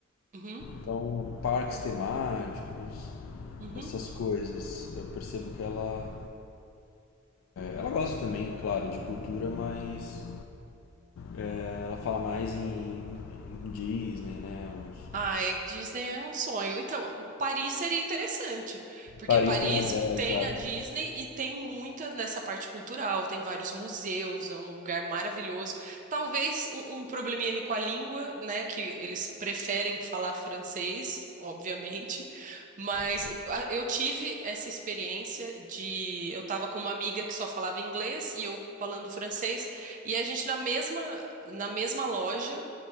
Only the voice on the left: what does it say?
Então, parques temáticos,
essas coisas. Eu percebo que ela Ela gosta também, claro, de cultura, mas é, ela fala mais em, em Disney, né? Os-
Paris
tem. a- É,
exato.
Sim.